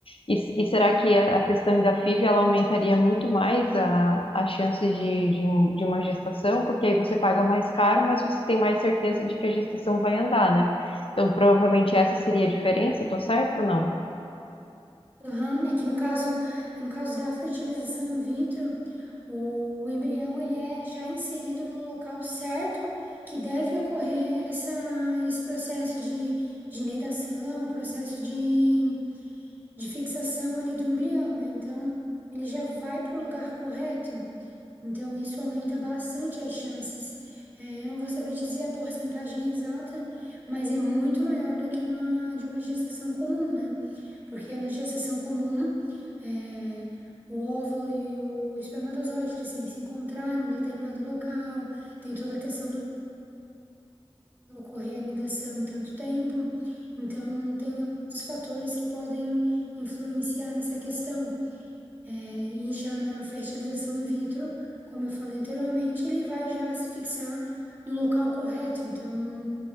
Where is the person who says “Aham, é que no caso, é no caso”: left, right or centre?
Right